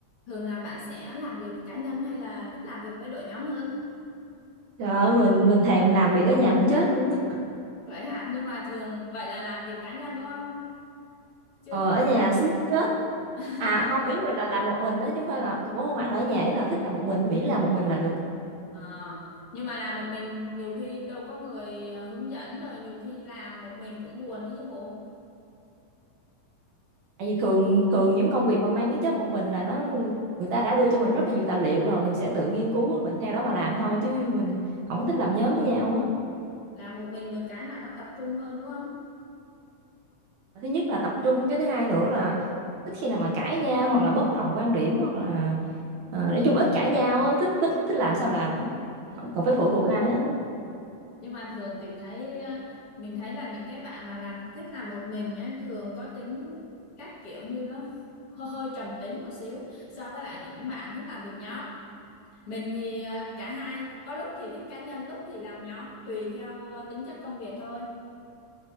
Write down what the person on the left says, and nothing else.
Thường là bạn sẽ làm việc cá nhân hay là thích làm việc với đội nhóm hơn?
Vậy hả? Nhưng mà thường vậy là làm việc cá nhân đúng không? Chứ
làm
<laughs>
Ờ, nhưng mà làm một mình nhiều khi đâu có người ờ, hướng dẫn rồi nhiều khi làm một mình cũng buồn đấy chứ bộ.
Ừ.
Làm một mình được cái là nó tập trung hơn đúng không?
Ừ.
Nhưng mà thường tình thấy ờ, mình thấy là những cái bạn mà làm thích làm một mình á, thường có tính cách kiểu như nó hơi, hơi trầm tính một xíu so với lại những bạn thích làm việc nhóm. Mình thì ờ, cả hai, có lúc thì thích cá nhân, lúc thì làm nhóm, tùy theo ờ, tính chất công việc thôi.